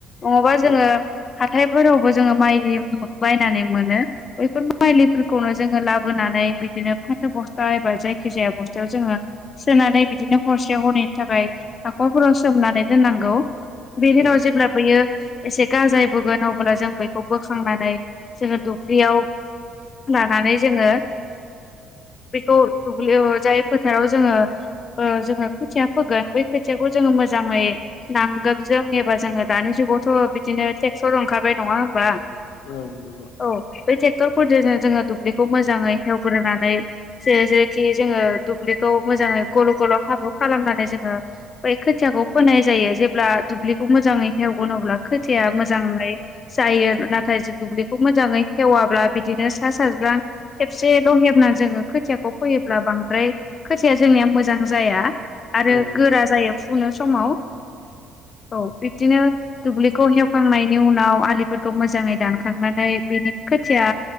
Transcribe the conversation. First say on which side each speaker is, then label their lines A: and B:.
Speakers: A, on the left; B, on the left.
A: नङाबा जोङो
B: औ
A: हाथायफोरावबो जोङो माइ बायनानै मोनो बैफोर माइलिफोरखौनो जोङो लाबोनानै बिदिनो फ बस्था एबा जायखि जाया बस्थायाव जोङो सोनानै बिदिनो हरसेयाव हरै थाखाय हाखरफोराव सोमनानै दोननांगौ बे जेराव
B: औ
A: जेब्लाबोयो। एसे गाजाय बगोन अबोब्ला जों बेखौ बोखांनानै जोङो दख्लियाव लानानै जोङो बेखौ दुब्लियाव जाय फोथाराव जोङो जोङो खोथिया फोगोन बै खोथियाखौ जोङो मोजाङै नांगोन जों एबा जोङो दानि जुगावथ' बिदिनो स ओंखाबाय नङा होमबा?
B: औ नंगौ
A: औ बै क्टरफोरजोंनो जोङो दुब्लिखौ मोजाङै हेवग्रोनानै ज जेरैखि जोङो दुब्लिखौ मोजाङै गल' गल' हाबु खालामनानै जोङो बै खोथियाखौ फोनाय जायो ।जेब्ला दुब्लिखौ मोजाङै हेवगोन अब्ला खोथिया मोजां जायो नाथाय दुब्लिखौ मोजाङै खेवाब्ला बिदिनो सा सा खबसेल' हब जोङो खोखौ फयो बांद्र खो जोंनि म मोजां जया आरो
B: औ
A: गोरा जायो फुनो समाव। औ बिब्दिनो दुब्लिखौ हेवखांनायनि उनाव आलिफोरखौ मोजाङै दानखांनानै बेनि खोथिया